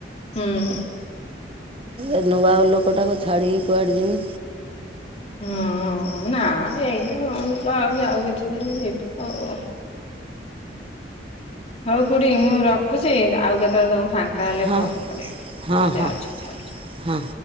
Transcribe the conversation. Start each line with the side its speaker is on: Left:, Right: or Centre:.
Left: ହୁଁ।
Right: ଏ ନୂଆ ଲୋକଟାକୁ ଛାଡ଼ିକି କୁଆଡ଼େ ଯମି।
Left: ହଁ ନା ହେଇନି କଣ ଯିବ ଆଉ ଯାଉ କିଛି ଦିନି ଏଇନା କଣ ହଉ ଖୁଡି ମୁଁ ରଖୁଛି। ଆଉ କେତେବେଳେ ତମକୁ ଫାଙ୍କା ହେଲେ
Right: ହଁ
Left: ଫୋନ୍ କରିବି।
Right: ହଁ
Left: ମୁ ଯାଉଛି
Right: ହଁ
Left: ଘରୁକୁ।
Right: ହଁ।